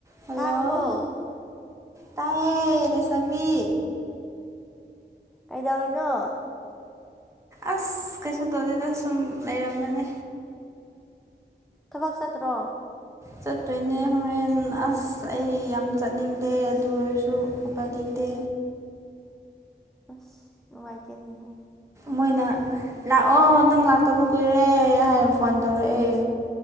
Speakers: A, on the right; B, in the centre.
A: Hello
B: ꯇꯥꯔꯕꯣ
A: ꯇꯥꯏꯌꯦ ꯂꯩꯁꯥꯕꯤ
B: ꯀꯩꯗꯧꯔꯤꯅꯣ
A: ꯑꯁ ꯀꯩꯁꯨ ꯇꯣꯗꯦꯗ ꯁꯨꯝ ꯂꯩꯔꯝꯕꯅꯦ
B: ꯊꯕꯛ ꯆꯠꯇ꯭ꯔꯣ
A: ꯆꯠꯇꯣꯏꯅꯦ ꯍꯣꯔꯦꯟ ꯑꯁ ꯑꯩ ꯌꯥꯝ ꯆꯠꯅꯤꯡꯗꯦ ꯑꯗꯨ ꯑꯣꯏꯔꯁꯨ ꯎꯄꯥꯏ ꯂꯩꯇꯦ
B: ꯑꯁ ꯅꯨꯡꯉꯥꯏꯇꯦꯅꯦꯍꯦ
A: ꯃꯣꯏꯅ ꯂꯥꯛꯑꯣ ꯅꯪ ꯂꯥꯛꯇꯕ ꯀꯨꯏꯔꯦ ꯍꯥꯏꯔ ꯐꯣꯟ ꯇꯧꯔꯛꯑꯦ